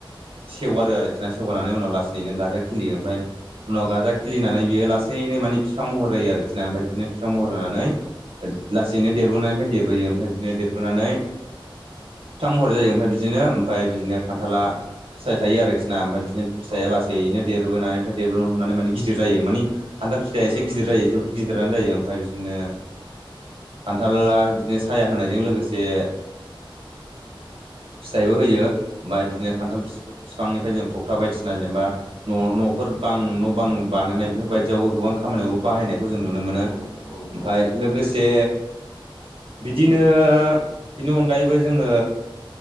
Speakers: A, on the right; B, on the left.
A: सेवगारो आरोखि ना सेवगारनानै उनाव लासै
B: औ
A: नों गाजा
B: औ
A: खिलियो ओमफ्राय उनाव गाजा खिलिनानै बियो लासैनो माने फिफां महर जायो आरोखि ना मफ्राय बिनो बिफां
B: औ
A: महर जानानै
B: नोंथां
A: लासैनो देरबोनानैनिफ्राय देरबोयो ओमफ्राय बिदिनो देरबोनानै फिफां महर जायो ओमफ्राय बिदिनो ओमफ्राय बिदिनो खान्थाला फिथाइ थायो आरोखि ना ओमफ्राय बिदिनो फिथाइया
B: औ
A: लासैनो
B: औ
A: देरबोनानै ओमफ्राय देरबोनो हमनानै माने गिदिर जायो मानि खान्थाल फिथाइया एसे गिदिर जायो गिदिरानो जायो ओमफ्राय बिदिनो खान्थालाला बिदिनो साया होनायजों लोगोसे फिथाइबो होयो ओमफफ्राय बिदिनो खान्थाल बिफांनिफ्राय जों थगथा बायदिसिना जेनेबा न' न'फोर बां न' बां बानायनाय बेफोरबायदियावबो
B: औ
A: गोबां खामानियावबो बाहायनायखौ जों नुनो
B: औ
A: मोनो। ओमफफ्राय
B: औ औ
A: लोगोसे बिदिनो बेनि अनगायैबो जोङो